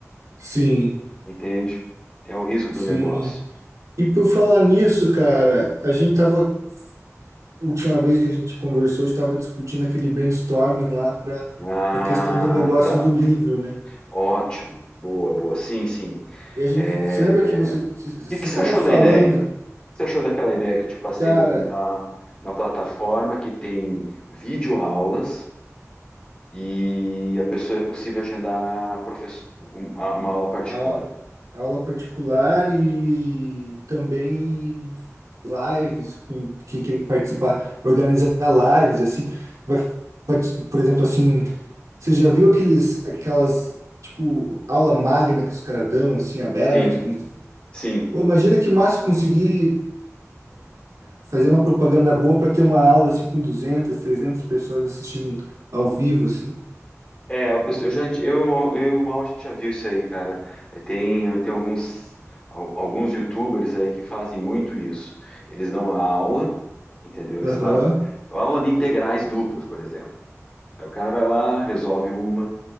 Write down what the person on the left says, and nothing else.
entende? É o risco do
negócio.
Ah,
tá.
Ótimo, boa, boa. Sim, sim.
É,
O
que que você
achou
da ideia? O que que você achou daquela ideia que eu te passei
de montar uma plataforma que tem videoaulas e a pessoa é possível agendar professor... um- a- uma aula particular?
Sim,
sim.
É, eu, penso- eu já, eu, e o Mal- eu, e o Mal, a gente já viu isso aí, cara. É, Tem, tem alguns, al- alguns YouTubers aí que fazem muito isso. Eles dão a aula, entendeu? Eles
dão a aula de integrais duplas, por exemplo. Aí o cara vai lá, resolve uma.